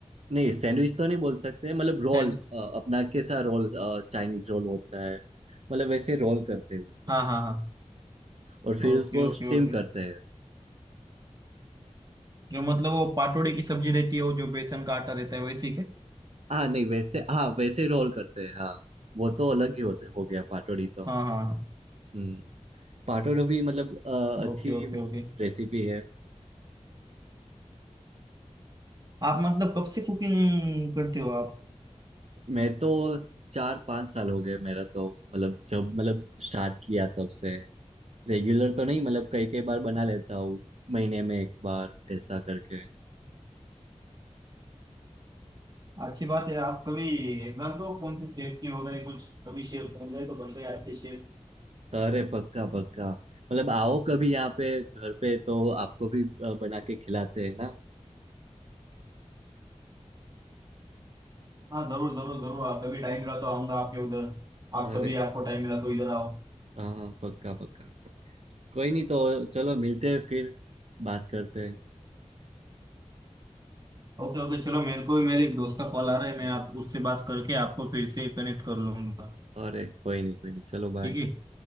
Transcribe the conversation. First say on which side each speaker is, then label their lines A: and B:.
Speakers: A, on the right; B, on the right.
A: नहीं सैंडविच तो नहीं बोल सकते मतलब रोल
B: सैंड
A: अपना कैसा रोल चाइनीज रोल होता है मतलब वैसे रोल करते हैं उसको
B: हाँ हाँ हाँ
A: और फिर
B: Okay
A: उसको
B: okay
A: स्टीम
B: okay
A: करते हैं
B: जो मतलब वो पाटोड़े की सब्जी रहती है वो जो बेसन का आटा रहता है वैसी के
A: हाँ नहीं वैसे हाँ वैसे रोल करते हैं हाँ वो तो अलग ही होते हो गया पाटोड़ी तो
B: हाँ हाँ हाँ।
A: हम्म पाटोड़ी भी मतलब अ, अच्छी
B: Okay okay
A: वो
B: okay
A: रेसिपी है
B: आप मतलब कब से कुकिंग करते हो आप
A: मैं तो चार पाँच साल हो गए मेरा तो मतलब जब मतलब स्टार्ट किया तब से रेगुलर तो नहीं मतलब कई कई बार बना लेता हूँ महीने में एक बार ऐसा करके
B: अच्छी बात है आप कभी एग्जाम दो कौन सी शेफ की हो गए कुछ कभी शेफ बन गए तो बन गए अच्छे शेफ
A: अरे पक्का पक्का मतलब आओ कभी यहाँ पे घर पे तो आपको भी अ, बना के खिलाते हैं ना
B: हाँ जरूर जरूर जरूर आप कभी टाइम मिला तो आऊंगा आपके उधर आप
A: अरे
B: कभी आपको टाइम मिला तो इधर आओ
A: हाँ हाँ, पक्का पक्का कोई नहीं तो चलो मिलते हैं फिर बात करते हैं
B: Okay okay चलो मेरे को भी मेरे एक दोस्त का कॉल आ रहा है मैं
A: हाँ,
B: आप
A: हाँ।
B: उससे बात करके आपको फिर से कनेक्ट कर लूंगा
A: अरे कोई नहीं कोई नहीं चलो बाय
B: ठीक है